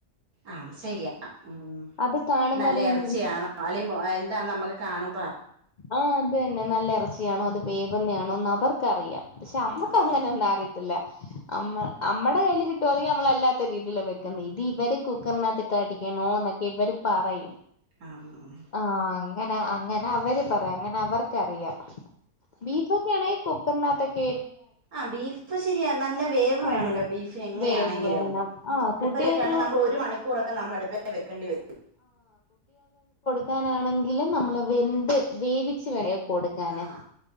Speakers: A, on the right; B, on the left.
A: ആഹ ശരിയാ ആ
B: അത് കാണുമ്പോ
A: നല്ല
B: അറിയും
A: ഇറച്ചിയണോ അല്ലെങ്കി എന്താ നമ്മുക്ക് കാണും
B: ആഹ അത് തന്നെ നല്ല ഇറച്ചിയാണോ
A: ഉം
B: അത് വേവുന്നയാണോ അവർ ക്കറിയാം പക്ഷെ നമ്മുക്ക്
A: അതെ
B: അങ്ങനെ ഒന്നും അറ മ്മ നമ്മടെ കയ്യിൽ കിട്ടുവ അതെങ്ക നമ്മളല്ലാത്ത രീതിൽ വെക്കുന്നത് ഇത് ഇവര് കുക്കറിനകട്ട അടിക്കണോ എന്നൊക്കെ ഇവര് പറയും
A: ആഹ്
B: ആഹ് അങ്ങനെ അങ്ങനെ അവര് പറയാ അങ്ങനെ അവർക്കറിയാം ബീഫോക്കയാണ കുക്കറിനാത്ത കേ
A: ആ ബീഫ് ശരിയാ നല്ല വേവ് വേണല്ലോ
B: ആഹ്
A: ബീഫന് എങ്ങനെയാണെങ്കിലും
B: വേവ് വേണം
A: ഉം
B: ആഹ്
A: അടുപ്പിലൊക്കെ
B: കുട്ടികൾക്ക്
A: ആണേൽ നമ്മൾ ഒരു മണിക്കൂറൊക്കെ നമ്മൾ അടുപ്പേ വെക്കേണ്ടി വരും
B: വക്കാനാണെങ്കിലും നമ്മൾ വെന്ത് വേവിച്ചു <unintelligible> കൊടുക്കാനെ
A: ആഹ്